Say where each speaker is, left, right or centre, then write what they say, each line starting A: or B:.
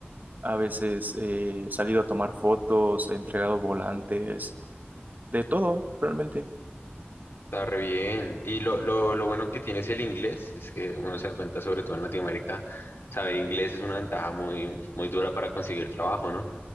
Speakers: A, on the right (about 45°); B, on the left (about 80°).
A: A veces eh, he salido a tomar fotos, he entregado volantes, de todo, realmente.
B: Está re bien. Y lo, lo, lo bueno que tienes el inglés es que uno se da cuenta, sobre todo en Latinoamérica, saber inglés es una ventaja muy, muy dura para conseguir trabajo, ¿no?